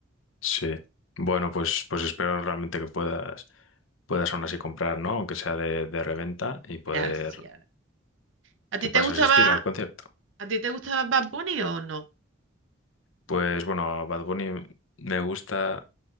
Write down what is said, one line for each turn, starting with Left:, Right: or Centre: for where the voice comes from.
Left: sí. Bueno, pues, pues espero realmente que puedas, puedas aún así comprar, ¿no? Aunque sea de, de reventa y poder...
Right: Gracias. ¿A ti
Left: que puedas
Right: te gustaba,
Left: asistir al concierto.
Right: a ti te gustaba Bad Bunny o no?
Left: Pues bueno, a Bad Bunny me gusta...